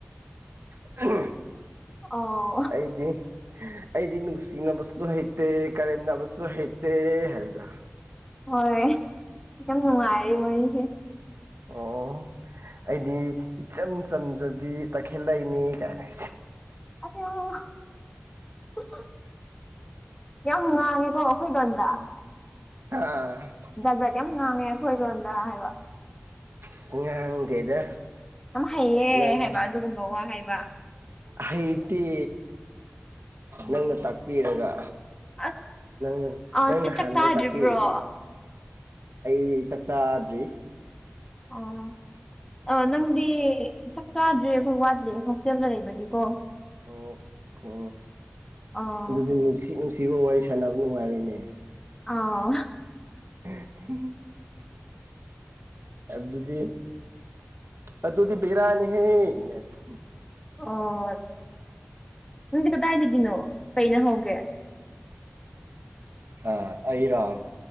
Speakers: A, on the right; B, on the left.
A: <unintelligible>
B: ꯑꯣ
A: ꯑꯩꯗꯤ ꯑꯩꯗꯤ ꯅꯨꯡꯁꯤꯅꯕꯁꯨ ꯍꯩꯠ ꯇꯦ ꯀꯔꯦꯝ ꯅꯕꯁꯨ ꯍꯩꯇꯦ ꯍꯥꯏꯕꯗꯨ
B: ꯍꯣꯏ ꯌꯥꯝ ꯅꯨꯡꯉꯥꯏꯔꯦ ꯋꯥꯔꯤꯁꯦ
A: ꯑꯣ ꯑꯩꯗꯤ ꯏꯆꯝ ꯆꯝꯖꯕꯤ ꯇꯈꯦꯜꯂꯩꯅꯤ ꯀꯥꯏꯅ <unintelligible>
B: <unintelligible> ꯌꯥꯝ ꯉꯥꯡꯉꯦꯀꯣ ꯑꯩꯈꯣꯏ ꯂꯣꯟꯗ
A: ꯍꯥ
B: ꯖꯥꯠꯖꯥꯠ ꯌꯥꯝ ꯉꯥꯡꯉꯦ ꯑꯩꯈꯣꯏ ꯂꫭꯟꯗ ꯍꯥꯏꯕ
A: <unintelligible> ꯉꯥꯡꯗꯦꯗ
B: ꯌꯥꯝ ꯍꯩꯌꯦ
A: ꯅꯪ
B: ꯍꯥꯏꯕ ꯑꯗꯨꯒꯨꯝꯕ ꯋꯥ ꯍꯥꯏꯕ
A: ꯍꯩꯇꯦ
B: ꯎꯝ
A: ꯅꯪꯅ ꯇꯥꯛꯄꯤꯔꯒꯥ
B: ꯑꯁ
A: ꯅꯪꯅ
B: ꯑ
A: ꯅꯪ ꯅꯍꯥꯟꯋꯥꯏ
B: ꯆꯥꯛ ꯆꯥꯗ꯭ꯔꯤꯕ꯭ꯔꯣ
A: ꯇꯥꯛꯄꯤ ꯑꯩ ꯆꯥꯛ ꯆꯥꯗ꯭ꯔꯤ
B: ꯑꯣ ꯑ ꯅꯪꯗꯤ ꯆꯥꯡ ꯆꯥꯗ꯭ꯔꯤ ꯑꯈꫭꯏ ꯋꯥꯠꯂꯤ ꯍꯣꯁꯇꯦꯜꯗ ꯂꯩꯕꯒꯤꯀꯣ
A: ꯑꯣꯀꯣ
B: ꯑꯥ
A: ꯑꯗꯨꯗꯤ ꯅꯨꯡꯁꯤ ꯅꯨꯡꯁꯤꯕ ꯋꯥꯔꯤ ꯁꯥꯟꯅꯕ ꯅꯨꯡꯉꯥꯏꯔꯣꯏꯅꯦ
B: ꯑꯥꯎ
A: <unintelligible> ꯑꯗꯨꯗꯤ ꯑꯗꯨꯗꯤ ꯕꯤꯔꯅꯤ ꯍꯦ <unintelligible>
B: ꯑꯣ ꯅꯪꯗꯤ ꯀꯗꯥꯏꯗꯒꯤꯅꯣ ꯀꯩꯅ ꯍꯧꯒꯦ
A: ꯑꯥ ꯑꯩꯔꫭ